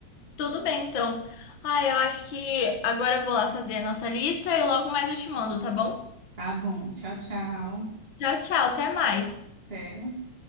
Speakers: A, on the left (about 50°); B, on the right (about 20°).
A: Tudo bem, então. Ah, eu acho que agora eu vou lá fazer a nossa lista e logo mais eu te mando, tá bom?
B: Tá bom. Tchau, tchau.
A: Tchau, tchau, até mais.
B: Até.